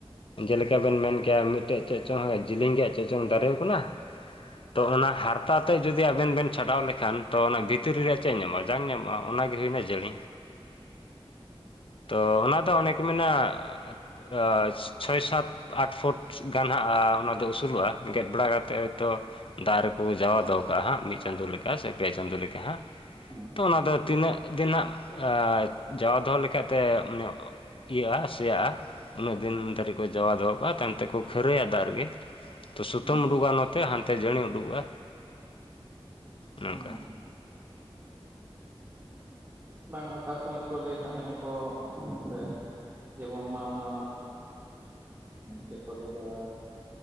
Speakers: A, on the left; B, on the right.
A: ᱡᱮᱞᱮᱠᱟ ᱵᱮᱱ ᱢᱮᱱ ᱠᱮᱜᱼᱟ ᱢᱤᱫᱴᱮᱡ ᱪᱮᱜ ᱪᱚᱝ ᱡᱮᱞᱮᱧ ᱨᱮᱭᱟᱜ ᱪᱮᱫ ᱪᱚᱝ ᱫᱟᱨᱮᱣ ᱠᱟᱱᱟ᱾ ᱛᱚ ᱚᱱᱟ ᱦᱟᱨᱛᱟ ᱛᱮ ᱡᱩᱫᱤ ᱟᱵᱮᱱ ᱵᱮᱱ ᱪᱷᱟᱰᱟᱣ ᱞᱮᱠᱷᱟᱱ ᱛᱚ ᱚᱱᱟ ᱵᱷᱤᱛᱨᱤ ᱨᱮᱭᱟᱜ ᱪᱮᱫ ᱧᱟᱢᱚᱜᱼᱟ? ᱡᱟᱝ ᱧᱟᱢᱚᱜᱼᱟ, ᱚᱱᱟᱜᱮ ᱦᱳᱭᱱᱟ ᱡᱟᱹᱲᱤ᱾ ᱛᱚ ᱚᱱᱟᱫᱚ ᱚᱱᱮ ᱠᱚ ᱢᱮᱱᱟᱜᱼᱟ, ᱟ ᱪᱷᱚᱭ ᱥᱟᱛ, ᱟᱴ ᱯᱷᱩᱴ᱾ ᱜᱟᱱ ᱦᱟᱸᱜᱼᱟ ᱚᱱᱟᱫᱚ ᱟᱹᱥᱩᱞᱚᱜᱼᱟ ᱜᱮᱫ ᱵᱟᱲᱟ ᱠᱟᱛᱮᱫ ᱦᱚᱭᱛᱳ ᱫᱟᱜ ᱨᱮᱠᱚ ᱡᱟᱣᱟ ᱫᱚᱦᱚ ᱠᱟᱜᱼᱟ, ᱦᱟᱸᱜ ᱢᱤᱫ ᱪᱟᱸᱫᱳ ᱞᱮᱠᱟ ᱥᱮ ᱯᱮ ᱪᱟᱸᱫᱳ ᱞᱮᱠᱟ ᱦᱟᱸᱜ᱾
B: ᱦᱩᱸ
A: ᱛᱚ ᱚᱱᱟ ᱫᱚ ᱛᱤᱱᱟᱹᱜ ᱫᱤᱱᱟᱜ ᱟ ᱡᱟᱣᱟ ᱫᱚᱦᱚ ᱞᱮᱠᱷᱟᱡ ᱛᱮ ᱢᱟᱱᱮ ᱚ ᱤᱭᱟᱹᱜᱼᱟ ᱥᱮᱭᱟ ᱟ᱾ ᱩᱱᱟᱹᱜ ᱫᱤᱱ ᱫᱷᱟᱹᱨᱤᱜ ᱠᱚ ᱡᱟᱣᱟ ᱫᱚᱦᱚ ᱠᱟᱜᱼᱟ, ᱛᱟᱭᱚᱢ ᱛᱮᱠᱚ ᱠᱷᱟᱹᱨᱟᱹᱭᱟ ᱫᱟᱜ ᱨᱮᱜᱮ᱾ ᱛᱚ ᱥᱩᱛᱟᱹᱢ
B: ᱦᱩᱸ
A: ᱩᱰᱩᱠᱚᱜ ᱱᱚᱛᱮ ᱦᱟᱱᱛᱮ ᱡᱟᱹᱱᱤ ᱩᱰᱩᱠᱚᱜᱼᱟ ᱱᱚᱝᱠᱟ᱾
B: ᱦᱩᱸ ᱵᱟᱝ ᱚᱠᱟ ᱥᱚᱢᱚᱭ ᱠᱚ ᱞᱟᱹᱭ ᱛᱟᱦᱮᱸᱜ ᱟᱠᱚ ᱦᱮᱸᱥᱮ᱾ ᱡᱮᱢᱚᱱ ᱢᱟ ᱚᱱᱟ ᱪᱮᱫ ᱠᱚ ᱞᱟᱹᱭ ᱫᱟ